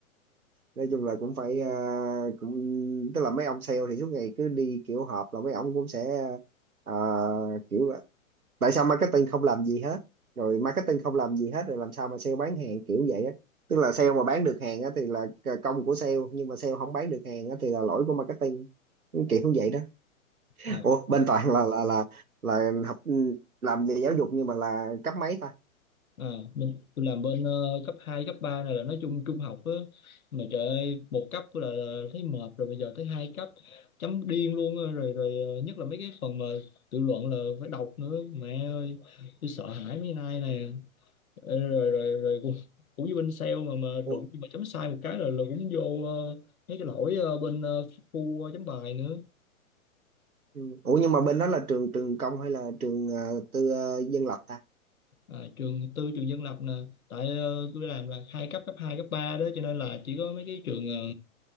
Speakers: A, on the right (about 85°); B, on the left (about 75°).
A: nói chung là cũng phải à, cũng tức là mấy ông sale thì suốt ngày cứ đi kiểu họp là mấy ông cũng sẽ à, kiểu là tại sao marketing không làm gì hết rồi marketing không làm gì hết rồi làm sao mà sale bán hàng kiểu vậy á tức là sale mà bán được hàng á thì là c- công của sale nhưng mà sale không bán được hàng á thì là lỗi của marketing kiểu như vậy đó
B: à,
A: ủa bên Toàn là là là là học ừ, làm về giáo dục nhưng mà là cấp mấy ta
B: à mình tôi làm bên ờ, cấp 2 cấp 3 này là nói chung trung học á mà trời ơi một cấp tôi là, là thấy mệt rồi bây giờ tới hai cấp chấm điên luôn á. rồi rồi ờ, nhất là mấy cái phần mà tự luận là phải đọc nữa mẹ ơi tôi sợ hãi mấy nay nè Ê, rồi rồi rồi cũng, cũng như bên sale mà mà
A: ủa,
B: đụng mà chấm sai một cái là là cũng vô ờ, mấy cái lỗi ờ, bên ờ, khu ờ, chấm bài nữa
A: ừ. ủa nhưng mà bên đó là trường trường công hay là trường à, tư à, dân lập ta
B: à, trường tư trường dân lập nè tại ờ, tôi làm là hai cấp cấp 2 cấp 3 đó cho nên là chỉ có mấy cái trường ờ,